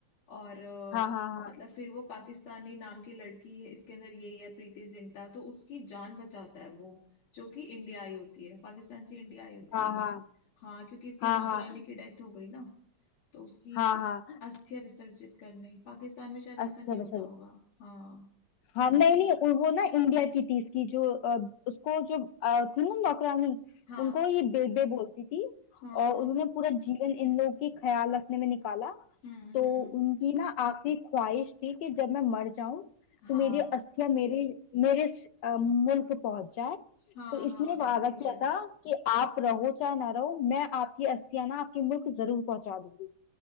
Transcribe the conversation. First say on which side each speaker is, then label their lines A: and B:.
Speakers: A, on the left (about 80°); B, on the left (about 65°).
A: और अ,
B: हाँ हाँ
A: मतलब फिर वो पाकिस्तानी नाम की लड़की है इसके अंदर यही है प्रीति जिंटा तो उसकी जान बचाता है वो जो कि इंडिया आई होती है पाकिस्तान से इंडिया आई होती
B: हाँ
A: है
B: हाँ
A: ये हाँ क्योंकि इसकी
B: हाँ
A: नौकरानी
B: हाँ
A: की डेथ हो गई ना तो उसकी
B: हाँ हाँ हाँ
A: अस्थियां विसर्जित करने पाकिस्तान में शायद ऐसा
B: अस्थियां
A: नहीं होता
B: विसर्जन
A: होगा हाँ
B: हाँ नहीं
A: तो
B: नहीं उ- वो ना इंडिया की थी इसकी जो अ, उसको जो अ, थी ना नौकरानी
A: हाँ
B: उनको ये बेबे बोलती थी
A: हाँ
B: और
A: हाँ
B: उन्होंने पूरा जीवन इन लोगों की ख्याल रखने में निकाला
A: हम्म
B: तो
A: हम्म
B: उनकी ना आखिरी ख्वाहिश थी कि जब मैं मर जाऊं तो
A: हाँ
B: मेरी अस्थियां मेरे मेरे स- अ, मुल्क पहुंच जाए
A: हाँ
B: तो
A: हाँ
B: इसने वादा
A: इसीलिए
B: किया था कि आप रहो चाहे ना रहो मैं आपकी अस्थियां ना आपके मुल्क जरूर पहुंचा दूंगी